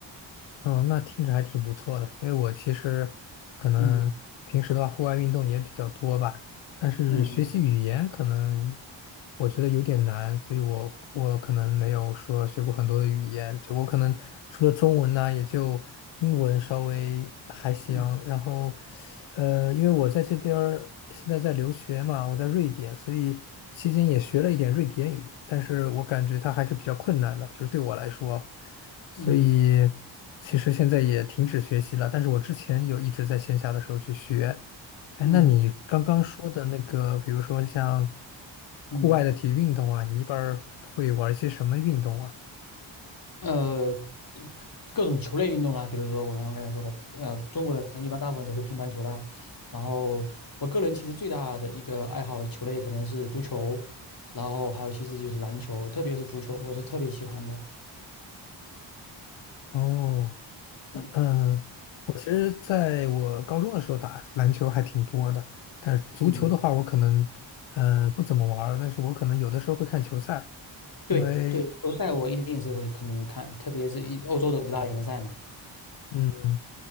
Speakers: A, on the left; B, on the left.
A: 哦，那听着还挺不错的，因为我其实可能平时的话，
B: 嗯
A: 户外运动也比较多吧，但是学习语言可能
B: 嗯
A: 我觉得有点难，所以我我可能没有说学过很多的语言，就我可能除了中文呢，也就英文稍微还行。
B: 嗯
A: 然后，呃，因为我在这边儿现在在留学嘛，我在瑞典，所以期间也学了一点瑞典语，但是我感觉它还是比较困难的，就是对我来说，所以其实现在也停止学习了，
B: 嗯
A: 但是我之前有一直在线下的时候去学。哎，
B: 嗯
A: 那你刚刚说的那个，比如说像户外的体育运动啊，
B: 嗯，
A: 你一般儿会玩一些什么运动啊？
B: 呃，就各种球类运动啦，比如说我刚刚刚才说的，呃，中国人一般大部分都会乒乓球啦。然后我个人其实最大的一个爱好球类可能是足球，然后还有其实就是篮球，特别是足球，我是特别喜欢的。
A: 哦，
B: 嗯
A: 嗯，呃我其实在我高中的时候打篮球还挺多的，但是足球的话，
B: 嗯，
A: 我可能呃不怎么玩儿但是我可能有的时候会看球赛，
B: 对对，
A: 因为
B: 球赛我一定是会肯定会看，特别是一欧洲的五大联赛嘛。
A: 嗯嗯，